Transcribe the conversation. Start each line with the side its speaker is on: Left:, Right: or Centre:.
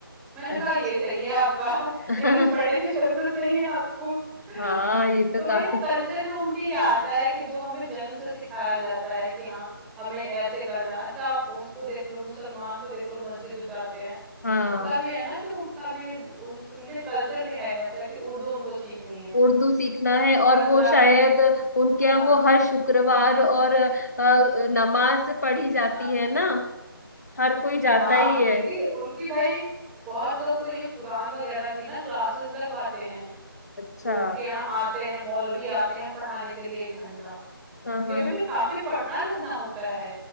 Centre: मैंने कहा
Left: अच्छा
Centre: ये सही है आपका <laughs>
Left: <laughs>
Centre: इंग्लिश पढ़ने की जरूरत नहीं है आपको <laughs>
Left: हाँ ये तो
Centre: तो वही
Left: काफी
Centre: ना कल्चर में उनके ये आता है कि जो हमें जन्म से सिखाया जाता है कि हाँ हमें ऐसे करना है अच्छा आप उसको देख लो मुसलमान को देख लो मस्जिद जो जाते हैं
Left: हाँ
Centre: उनका भी है ना कि उनका भी उस- उनके कल्चर में है ऐसा कि उर्दू उनको सीखनी है
Left: उर्दू सीखना है और
Centre: पंजाबी
Left: वो शायद उनके यहाँ
Centre: हाँ
Left: वो हर शुक्रवार और अ, अ, नमाज पढ़ी जाती
Centre: हाँ
Left: है ना हर कोई जाता
Centre: हाँ
Left: ही
Centre: उनकी
Left: है
Centre: उनकी भाई बहुत लोग तो ये कुरान वगैरह की ना क्लासेस लगवाते हैं
Left: अच्छा
Centre: उनके यहाँ आते हैं मौलवी आते हैं पढ़ाने के लिए एक घंटा
Left: हाँ
Centre: उनके
Left: हाँ
Centre: में भी काफी पढ़ना लिखना होता है